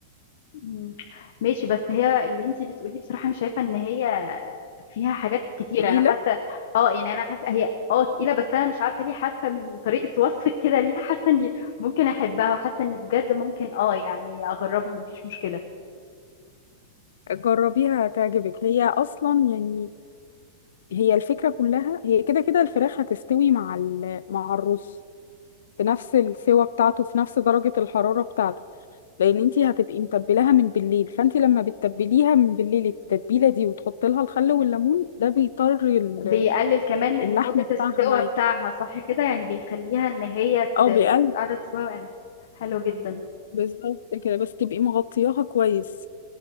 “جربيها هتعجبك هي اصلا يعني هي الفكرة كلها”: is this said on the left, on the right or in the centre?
Left